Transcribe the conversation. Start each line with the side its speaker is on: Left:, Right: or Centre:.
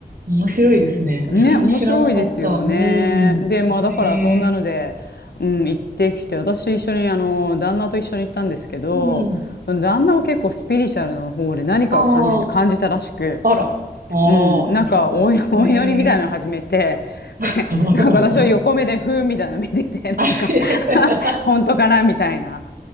Right: 面白いですね。
Left: ね、
Right: それは知らなかった。
Left: 面白いですよね。
Right: うん。
Left: で、まあだからそんなので、
Right: ええ
Left: うん、行ってきて、私一緒に、あの、旦那と一緒に行ったんですけど、
Right: うん。
Left: 旦那は結構スピリチュアルの方で何かを感じて、
Right: あ
Left: 感じたらしく、
Right: あ、あら。ああ、
Left: うん、
Right: さすが。
Left: なんかおい、<laughs> お祈りみたいなの始めて、
Right: ええ <laughs>
Left: <laughs> なんか私は横目でふーんみたいなの見てて、
Right: あれ
Left: <laughs> なんか <laughs>
Right: <laughs>
Left: 本当かなみたいな。